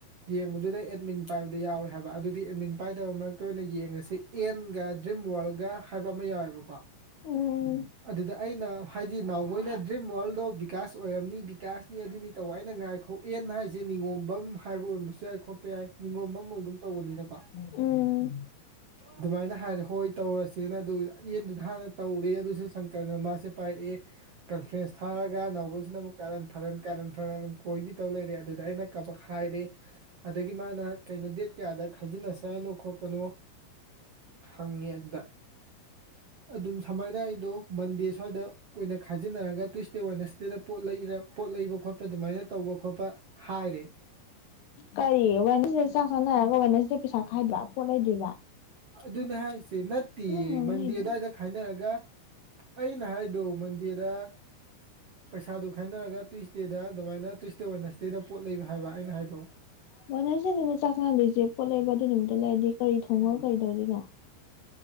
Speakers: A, on the right; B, on the left.
A: ꯌꯦꯡꯕꯗꯨꯗ ꯑꯦꯗꯃꯤꯟ ꯄꯥꯏꯕꯗ ꯌꯥꯎꯔꯦ ꯍꯥꯏꯕ ꯑꯗꯨꯗꯤ ꯑꯦꯗꯃꯤꯟ ꯄꯥꯏꯗꯕ ꯃꯔꯛꯇ ꯑꯣꯏꯅ ꯌꯦꯡꯉꯁ‌ꯦ ꯑꯦꯟꯒ ꯗ꯭ꯔꯤꯝ ꯋꯥꯔꯜꯒ ꯍꯥꯏꯕ ꯑꯃ ꯌꯥꯎꯋꯦꯕꯀꯣ
B: ꯎꯝ
A: ꯑꯗꯨꯗ ꯑꯩꯅ ꯍꯥꯏꯗꯤ ꯅꯥꯎꯕ‌ꯣꯏꯅ ꯗ꯭ꯔꯤꯝ ꯋꯥꯔꯜ ꯇ‌ꯣ ꯕꯤꯀꯥꯁ ꯑꯣꯏꯔꯝꯅꯤ ꯕꯤꯀꯥꯁꯅꯤ ꯑꯗꯨꯅꯤ ꯇꯧꯕ ꯑꯩꯅ ꯉꯥꯏꯈꯣ ꯑꯦꯟ ꯍꯥꯏꯁꯦ ꯅꯤꯉꯣꯝꯕꯝ ꯍꯥꯏꯕ ꯑꯣꯏꯔꯝꯕꯁꯨ ꯌꯥꯏ ꯈꯣꯠ ꯄ ꯌꯥꯏ ꯅꯤꯡꯉꯣꯝꯕꯝ ꯑ‌ꯣꯏꯒꯨꯝ ꯇꯧꯕꯅꯤꯅꯀꯣ
B: ꯎꯝ
A: ꯑꯗꯨꯃꯥꯏꯅ ꯍꯥꯏꯔꯦ ꯍꯣꯏ ꯇꯧꯔꯁꯦꯅ ꯑꯗꯨ ꯑꯦꯟꯗꯨꯗ ꯍꯥꯟꯅ ꯇꯧꯔꯦ ꯑꯗꯨꯁꯨ ꯁꯪꯀꯔꯅ ꯃꯥꯁꯦ ꯄꯥꯏꯔꯛꯑꯦ ꯀꯟꯐ꯭ꯔꯦꯟꯁ ꯊꯥꯔꯒ ꯑꯅꯥꯎꯕ‌ꯣꯏꯁꯤꯅ ꯑꯃꯨꯛ ꯀꯥꯔꯟ ꯐꯥꯔꯟ ꯀꯥꯔꯟ ꯐꯥꯔꯟ ꯀꯣꯏꯕꯤ ꯇꯧ ꯂꯩꯔꯦ ꯑꯗꯨꯗ ꯑꯩꯅ ꯀꯕꯛ ꯍꯥꯏꯔꯦ ꯑꯗꯒꯤ ꯃꯥꯅ ꯀꯩꯅꯣ ꯗꯦꯠ ꯀꯌꯥꯗ ꯈꯥꯏꯖꯤꯟꯅꯁ‌ꯦ ꯍꯥꯏꯅꯣ ꯈꯣꯠꯄꯅꯣ ꯍꯪꯉꯦ ꯑꯗꯨꯗ ꯑꯗꯨꯝ ꯁꯨꯃꯥꯏꯅ ꯑꯩꯗꯣ ꯃꯟꯗꯦ ꯁ꯭ꯋꯥꯏꯗ ꯑꯣꯏꯅ ꯈꯥꯏꯖꯤꯟꯅꯔꯒ ꯇꯨꯏꯁꯗꯦ ꯋ‌ꯦꯅꯁꯗꯦꯗ ꯄꯣꯠ ꯂꯩꯔ ꯄꯣꯠ ꯂꯩꯕ ꯈꯣꯠꯄ ꯑꯗꯨꯃꯥꯏꯅ ꯇꯧꯕ ꯈꯣꯠꯄ ꯍꯥꯏꯔ‌ꯦ
B: ꯀꯔꯤ ꯋ‌ꯦꯅꯁꯗ‌ꯦꯗ ꯆꯥꯛ ꯆꯥꯟꯅꯔꯒ ꯋꯦꯅꯁꯗ ꯄꯩꯁꯥ ꯈꯥꯏꯕ ꯄꯣꯠ ꯂꯩꯗꯔꯤꯕ
A: ꯑꯗꯨꯅꯦ ꯍꯥꯏꯁꯦ ꯅꯠꯇꯦ
B: ꯉꯥꯡꯅꯩꯗꯣ
A: ꯃꯟꯗ‌ꯦ ꯑꯗꯨꯋꯥꯏꯗ ꯈꯥꯏꯅꯔꯒ ꯑꯩꯅ ꯍꯥꯏꯗꯣ ꯃꯟꯗꯦꯗ ꯄꯩꯁꯥꯗꯨ ꯈꯥꯏꯅꯔꯒ ꯇꯨꯋꯏꯁꯗꯦꯗ ꯑꯗꯨꯃꯥꯏꯅ ꯇꯨꯋꯁꯗꯦ ꯋ‌ꯦꯅꯁ ꯀꯩꯗ ꯄꯣꯠ ꯂꯩꯕ ꯍꯥꯏꯕ ꯑꯩꯅ ꯍꯥꯏꯗ‌ꯣ
B: ꯋ‌ꯦꯅꯁꯗ‌ꯦꯗ ꯅ‌ꯦ ꯆꯥꯛ ꯆꯥꯟꯅꯗꯣꯏꯁꯦ ꯄꯣꯠ ꯂꯩꯕ ꯑꯗꯨ ꯅꯨꯃꯤꯠꯇ ꯂꯩꯔꯗꯤ ꯀꯔꯤ ꯊꯣꯡꯉ ꯀꯩꯗꯧꯗ‌ꯣꯏꯅꯣ